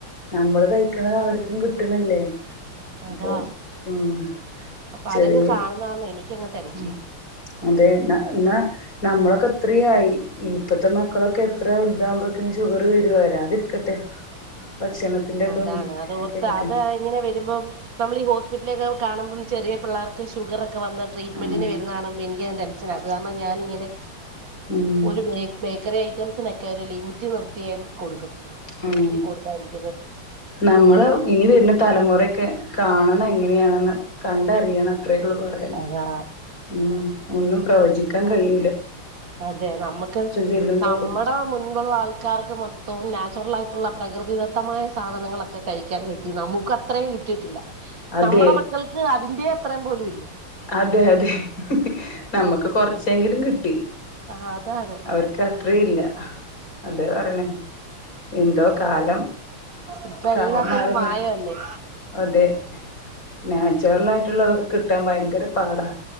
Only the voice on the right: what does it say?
അതാ
അപ്പൊ
അതൊക്കെ കാണുന്ന കാരണം എനിക്കങ്ങ് ടെൻഷനാ
അതാണ് അത്
ഓർത്ത്
അത് ഇങ്ങനെ വരുമ്പം നമ്മള് ഈ ഹോസ്പിറ്റലൊക്കെ കാണുമ്പം ചെറിയ പിള്ളേർക്ക് ഷുഗറ് ക്കെ വന്ന് ട്രീറ്റ്മെന്റിന്
വരുന്ന കാണുമ്പം എനിക്കങ്ങ് ടെൻഷന അത് കാരണം ഞാനിങ്ങനെ
ഓല് ബേ ബേക്കറി ഐറ്റം സിനൊക്കെ ഒരു ലിമിറ്റ് നിർത്തിയെ കൊടുക്കത്ത്
ഒത്തിരി കൊടുത്തായിരുന്നു
അതാ
അതെ നമ്മക്ക്
നമ്മുടെ
മുൻപുള്ള ആൾക്കാർക്ക് മൊത്തവും നാച്ചുറൽ ആയി ള്ള പ്രകൃതിദത്തമായ സാധനങ്ങളൊക്കെ കഴിക്കാൻ കിട്ടി നമുക്ക് അത്രയും കിട്ടിയിട്ടില്ല
നമ്മടെ മക്കൾക്ക് അതിന്റെ അത്രയും പോലും ഇല്ല
ആ അതാണ്
ഇപ്പം
എല്ലാത്തിനും
മായവല്ലേ